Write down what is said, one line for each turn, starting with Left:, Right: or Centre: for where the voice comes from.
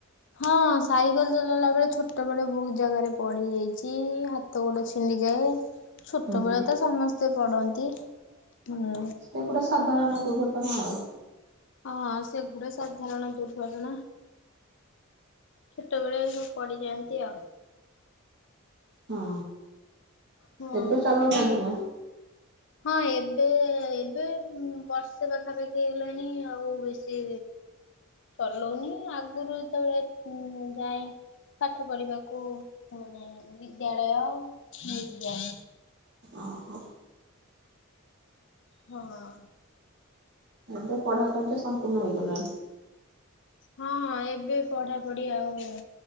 Left: ହଁ ସାଇକେଲ ଚଲେଇଲା ବେଳେ ଛୋଟ ବେଳେ ବହୁତ ଜାଗାରେ ପଡି ଯାଇଚି। ହାତ ଗୋଟେ ଛିଣ୍ଡିଯାଏ ଛୋଟବେଳେ
Right: ହୁଁ।
Left: ତ ସମସ୍ତେ ପଡନ୍ତି ହୁଁ।
Right: ସେଗୁଡା ସାଧାରଣ ଦୁର୍ଘଟଣା ଆଉ।
Left: ହଁ ସେଗୁଡା ସାଧାରଣ ଦୁର୍ଘଟଣା। ଛୋଟ ବେଳେ ସବୁ ପଡିଯାଆନ୍ତି ଆଉ।
Right: ହଁ
Left: ହଁ।
Right: ଏବେ ଚାଲୁଚନ୍ତି ନା?
Left: ହଁ ଏବେ ଏବେ ବର୍ଷେ ପାଖାପାଖି ହେଲାଣି ଆଉ ବେଶୀ ଚଲଉନି ଆଗରୁ ଯେତେବେଳେ ଯାଏ। ପାଠ ପଢିବାକୁ ମାନେ ବିଦ୍ୟାଳୟ ନେଇକି ଯାଏ।
Right: ଓହୋ
Left: ହଁ
Right: ଏବେ ପଢା କାର୍ଯ୍ୟ ସମ୍ପୂର୍ଣ୍ଣ ହେଇଗଲାଣି।
Left: ହଁ ଏବେ ପଢାପଢି ଆଉ